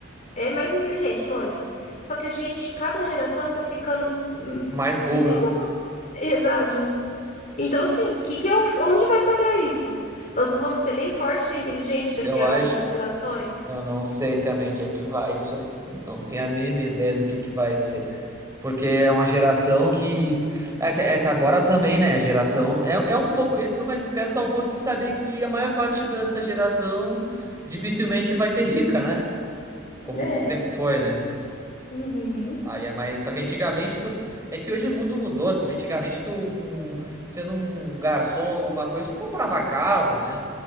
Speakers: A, on the left (about 40°); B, on the right (about 15°).
A: é mais inteligente, lógico. Só que a gente, cada geração tá ficando. hum,
B: Mais burra,
A: Nossa, exato. Então, assim, que que eu, onde vai parar isso? Nós não vamos ser nem forte nem inteligente daqui
B: eu
A: a
B: acho.
A: algumas gerações?
B: Eu não sei também onde é que vai isso aí. Não tenho a mínima ideia do que que vai ser. Porque é uma geração que. É que, é que agora também, né? A geração. É, é um pouco. Eles são mais espertos ao ponto de saber que a maior parte dessa geração dificilmente vai ser rica, né? Como
A: É.
B: sempre foi, né?
A: Uhum.
B: Aí é mais. Só que antigamente tu. É que hoje o mundo mudou também. Antigamente tu, com... sendo um garçom, alguma coisa, tu comprava casa, né?